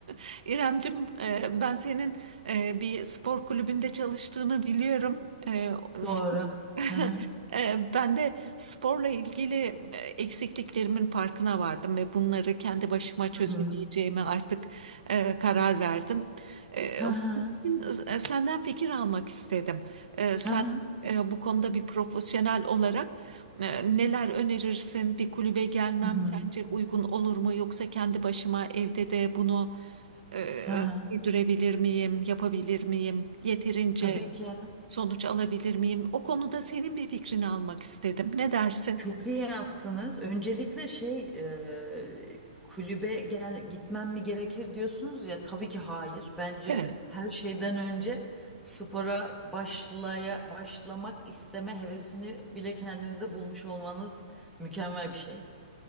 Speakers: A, on the right (about 80°); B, in the centre.
A: <laughs> İremcim, e, ben senin e, bir spor kulübünde çalıştığını biliyorum. E, sp-
B: Doğru.
A: <laughs>
B: Hı hı.
A: E, Ben de sporla ilgili e, eksikliklerimin farkına vardım ve bunları kendi başıma çözemeyeceğime
B: Hı hı.
A: artık e, karar verdim. E,
B: Hı hı.
A: bunun için, e, Senden fikir almak istedim. E, Sen
B: Hı hı.
A: e, bu konuda bir profesyonel olarak Ee, Neler önerirsin? Bir kulübe gelmem
B: Hı hı.
A: sence uygun olur mu? Yoksa kendi başıma evde de bunu e,
B: Hı hı.
A: sürdürebilir miyim? Yapabilir miyim? Yeterince
B: Tabii ki.
A: sonuç alabilir miyim? O konuda senin bir fikrini almak istedim. Ne dersin?
B: Çok iyi yaptınız. Öncelikle şey e, kulübe gel gitmem mi gerekir diyorsunuz ya tabii ki hayır. Bence
A: Evet,
B: her şeyden önce spora başlaya başlamak isteme hevesini bile kendinizde bulmuş olmanız mükemmel bir şey.